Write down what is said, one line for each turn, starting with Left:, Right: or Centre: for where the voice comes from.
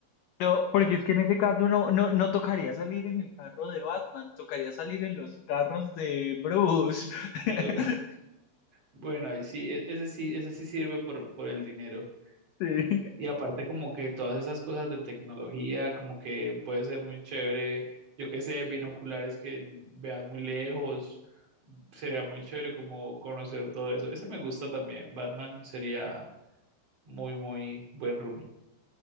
Left: No, porque es que en ese caso no, no, no tocaría salir en el carro de Batman, tocaría salir en los carros de Bruce.
Right: Eh,
Left: <laughs>
Right: bueno, ahí sí, e- ese sí, ese sí sirve por, por el dinero.
Left: Sí,
Right: Y aparte como que todas esas cosas de tecnología, como que puede ser muy chévere, yo qué sé, binoculares que veas muy lejos, sería muy chévere como conocer todo eso. Ese me gusta también, Batman sería muy, muy buen roomie.